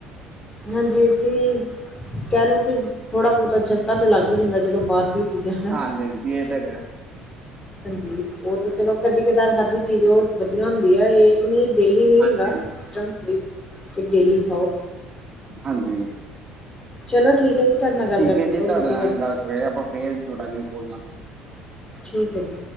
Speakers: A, on the left; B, on the right.
A: ਹਾਂਜੀ, ਅਸੀ ਕਹਿਲੋ ਕਿ ਥੋੜਾ ਬਹੁਤਾ <inaudible> ਤਾਂ ਲੱਗ ਹੀ ਜਾਂਦਾ ਚਲੋ ਬਾਹਰ ਦੀਆਂ ਚੀਜ਼ਾਂ ਦਾ
B: ਹਾਂਜੀ-ਹਾਂਜੀ, ਇਹ ਤਾਂ ਹੈਗਾ।
A: ਹਾਂਜੀ, ਉਹ ਤਾਂ ਚਲੋ ਕਦੀ ਕਦਾਰ ਖਾਧੀ ਚੀਜ਼ ਉਹ ਵਧੀਆ ਹੁੰਦੀ ਹੈ ਇਹ ਪਨੀਰ ਡੇਲੀ ਨਹੀਂ
B: ਹਾਂਜੀ
A: ਹੇਗਾ
B: ਹਾਂਜੀ
A: ਸਟਮ ਡੇਲੀ ਖਾਓ।
B: ਹਾਂਜੀ।
A: ਚਲੋ ਠੀਕ ਹੈ ਜੀ ਤੁਹਾਡੇ ਨਾਲ ਗੱਲ
B: ਠੀਕ
A: ਕਰਕੇ
B: ਹੈ ਜੀ,
A: ਬਹੁਤ
B: ਤੁਹਾਡੇ
A: ਵਧੀਆ
B: ਨਾਲ
A: ਲੱਗਾ
B: ਗੱਲ ਕਰ ਆਪਾਂ ਫੇਰ ਥੋੜਾ ਜਿਹਾ ਕੋਲ ਨਾਲ
A: ਠੀਕ ਹੈ ਜੀ।